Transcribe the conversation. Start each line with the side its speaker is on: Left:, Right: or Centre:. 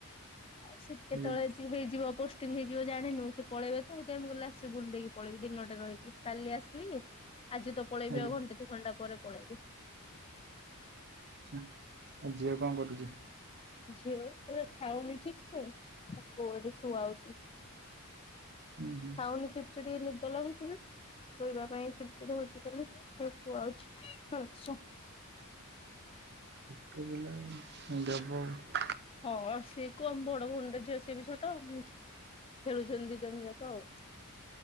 Left: ଆଉ ଶିପ କେତେବେଳେ
Right: ଆଜ୍ଞା
Left: ହେଇଯିବ ପୋଷ୍ଟିଂ ହେଇ ଜୀବ ଜାଣିନୁ ସେ ପଳେଇବେ ତ ସେଇଥି ପାଇଁ, ତ ମୁଁ କହିଲି ଆସି ବୁଲି ଦେଇକି ପଳେଇବି ଦିନ ଟା ରହିକି କାଲି ଆସି ଥିଲି, ଆଜି ତ ପଳେଇବି
Right: ଆଜ୍ଞା
Left: ଆଉ ଘଣ୍ଟେ ଦି ଘଣ୍ଟା ପରେ ପଳେଇବି।
Right: ହୁଁ, ଆଉ ଝିଅ କଣ କରୁଛି?
Left: ଝିଅ ଉଠିଲେ ଖାଉନି ଠିକ୍ ସେ ତାକୁ ଆଡେ ଶୁଆଉଛି।
Right: ଉଁ ହୁଁ
Left: ଖାଉନି ଚୁଡ଼ାଚୁଡି ନିଦ ଲାଗୁଛି। ଶୋଇବା ପାଇଁ ଚିଡି ଚିଡି ହଉଛି ଖାଲି ଶୋଉଛି।
Right: ଛୋଟ ପିଲା
Left: ହଁ ସିଏ କୁ ଆମ ବଡ ଭଉଣରେ ଝିଅ ସିଏ ବି ଛୋଟ। ଖେଳୁଛନ୍ତି ଦି ଜଣ ଜାକ ଆଉ।